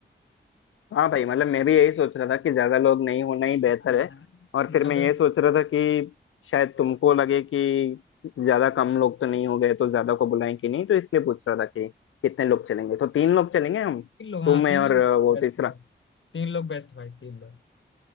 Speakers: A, on the left; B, on the left.
A: हाँ भाई मतलब मैं भी यही सोच रहा था कि ज्यादा लोग नहीं होना ही बेहतर
B: हाँ
A: है और फिर
B: अगर
A: मैं ये सोच रहा था कि शायद तुमको लगे कि ज्यादा कम लोग तो नहीं हो गए तो ज्यादा को बुलाएं कि नहीं तो इसलिए पूछ रहा था कि कितने लोग चलेंगे तो तीन लोग चलेंगे हम
B: तीन लोग हाँ
A: तुम मैं
B: तीन
A: और
B: लोग
A: वो
B: बेस्ट
A: तीसरा
B: भाई तीन लोग बेस्ट भाई तीन लोग